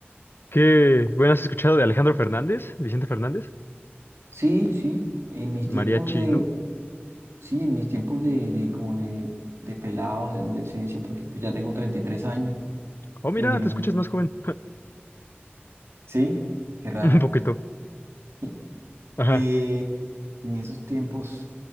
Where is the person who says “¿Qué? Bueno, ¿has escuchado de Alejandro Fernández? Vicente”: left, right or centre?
Left